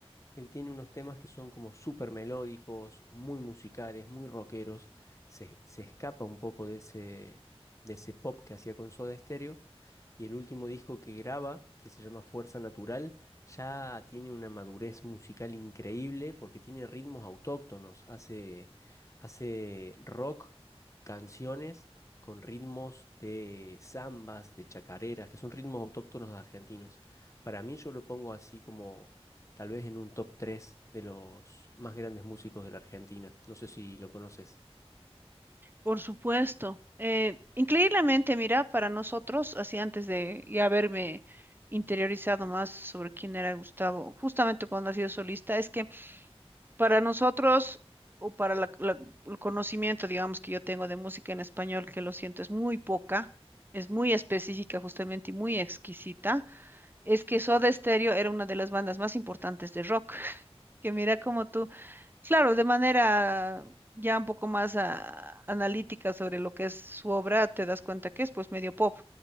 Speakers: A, on the left (about 30°); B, on the right (about 20°).
A: Él tiene unos temas que son como súper melódicos, muy musicales, muy rockeros. Se, se escapa un poco de ese, de ese pop que hacía con Soda Stereo. Y el último disco que graba, que se llama Fuerza Natural, ya tiene una madurez musical increíble porque tiene ritmos autóctonos. Hace, hace rock, canciones con ritmos de zambas, de chacareras, que son ritmos autóctonos argentinos. Para mí yo lo pongo así como tal vez en un top 3 de los más grandes músicos de la Argentina. No sé si lo conoces.
B: Por supuesto. Eh, increíblemente, mira, para nosotros, así antes de ya haberme interiorizado más sobre quién era Gustavo, justamente cuando ha sido solista, es que para nosotros, o para la- la- el conocimiento, digamos, que yo tengo de música en español, que lo siento, es muy poca, es muy específica justamente y muy exquisita, es que Soda Stereo era una de las bandas más importantes de rock, <laughs> que mira como tú. Claro, de manera ya un poco más ah, analítica sobre lo que es su obra, te das cuenta que es pues medio pop,